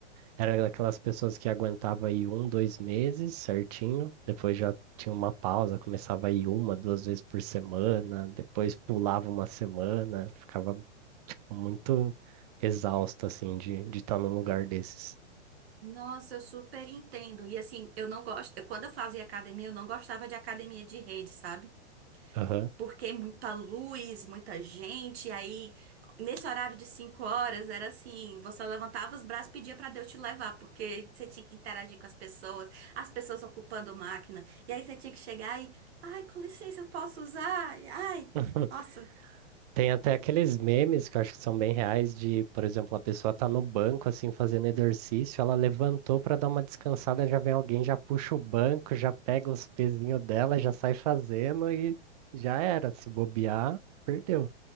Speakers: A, on the right; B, on the right.
A: era daquelas pessoas que aguentava aí um, dois meses certinho, depois já tinha uma pausa, começava aí uma, duas vezes por semana, depois pulava uma semana, ficava muito exausto assim de de estar num lugar desses.
B: Nossa, eu super entendo. E assim, eu não gosto. eu- quando eu fazia academia, eu não gostava de academia de rede, sabe?
A: Aham.
B: Porque muita luz, muita gente. Aí, nesse horário de cinco horas, era assim: você levantava os braços e pedia pra Deus te levar, porque você tinha que interagir com as pessoas, as pessoas ocupando máquina. E aí você tinha que chegar e, ai, com licença, eu posso usar? Ai,
A: <laughs>
B: nossa.
A: Tem até aqueles memes que eu acho que são bem reais de, por exemplo, a pessoa tá no banco assim fazendo exercício, ela levantou para dar uma descansada, já vem alguém, já puxa o banco, já pega os pezinhos dela, já sai fazendo e já era, se bobear, perdeu.